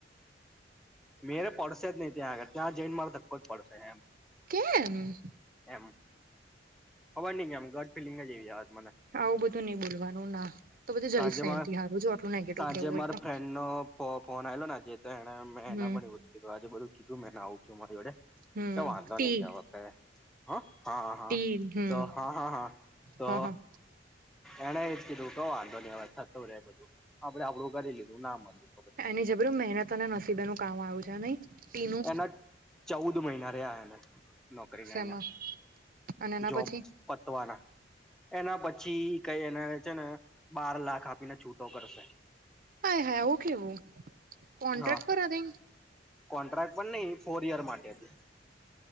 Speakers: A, in the centre; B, on the right.
A: મેળ પડશે જ નહી ત્યાં આગળ. ત્યાં જઇન માર ધક્કો જ પડશે એમ
B: કે.. મ?
A: એમ ખબર ની કે એમ ગટ ફિલિંગ જ એવી આવેછ મને
B: આવું બધું નઈ બોલવાનું ના. તો બધું જલશે
A: સાંજે માર
B: એથી હારું જો આટલું નેગેટિવ
A: સાંજે
B: કેવું હોય
A: મારા
B: તો
A: ફ્રેન્ડ નો ફોન આયલો ને આજે તો એને મેં
B: હમ
A: એના પણ એવુજ કીધું આજે બધું કીધું મે એને આવું કયું અમારી જોડે
B: હમ
A: કે વાંધો
B: ટી
A: નહી <unintelligible> હં હા
B: ટી
A: હા
B: હમ
A: તો હા હા હા તો
B: હા હા
A: એણે એજ કીધું ક વાંધો નહી હવે, થતું રે બધું આપડે આપડું કરી લીધું ના મળું.
B: એની જબરૂ મહેનત અને નસીબ એનું કામ આવ્યું છે નહી. ટીનું
A: એના ચૌદ મહિના રહ્યા એના, નોકરી
B: શેમાં
A: ના એના
B: અને એના
A: જોબ
B: પછી
A: પતવાના. એના પછી કઈ એને છે ને બાર લાખ આપીને છૂટો કરશે.
B: હાય હાય આવું કેવું, કોન્ટ્રાક્ટ
A: હા
B: કરા દે.
A: કોન્ટ્રાક્ટ પર ન‌ઈ ફોર યર માટે હતી.